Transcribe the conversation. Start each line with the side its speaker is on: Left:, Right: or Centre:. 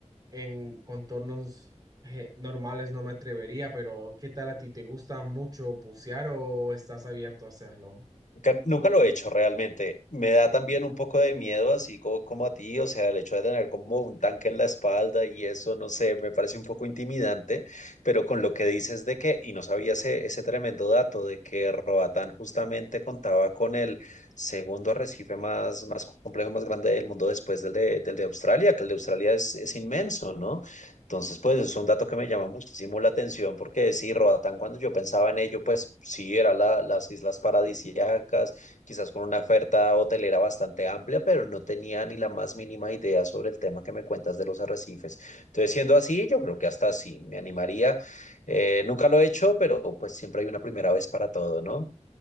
Right: en contornos eh, normales no me atrevería, pero ¿qué tal a ti? ¿Te gusta mucho bucear o estás abierto a hacerlo?
Left: Nunca, nunca lo he hecho realmente. Me da también un poco de miedo, así co- como, a ti, o sea, el hecho de tener como un tanque en la espalda y eso, no sé, me parece un poco intimidante, pero con lo que dices de que, y no sabía ese, ese tremendo dato de que Roatán justamente contaba con el segundo arrecife más, más complejo, más grande del mundo después del de, del de Australia, que el de Australia es, es inmenso, ¿no? Entonces, pues es un dato que me llama muchísimo la atención porque sí, Roatán, cuando yo pensaba en ello, pues sí, era las islas paradisíacas, quizás con una oferta hotelera bastante amplia, pero no tenía ni la más mínima idea sobre el tema que me cuentas de los arrecifes. Entonces, siendo así, yo creo que hasta sí, me animaría. Eh, nunca lo he hecho, pero pues siempre hay una primera vez para todo, ¿no?